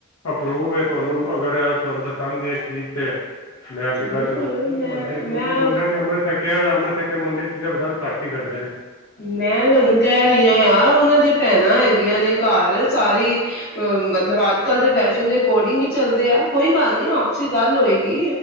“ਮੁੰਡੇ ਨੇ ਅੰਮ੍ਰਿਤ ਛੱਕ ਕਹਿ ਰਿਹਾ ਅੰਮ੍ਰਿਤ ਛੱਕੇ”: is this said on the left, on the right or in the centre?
Left